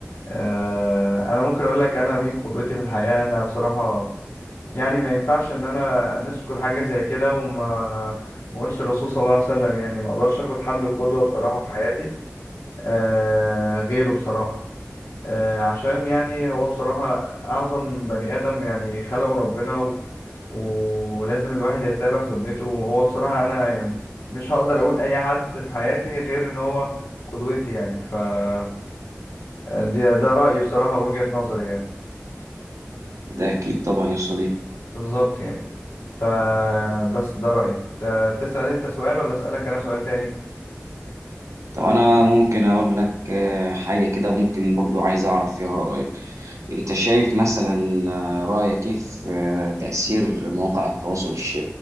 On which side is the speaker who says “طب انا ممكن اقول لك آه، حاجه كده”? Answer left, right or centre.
Right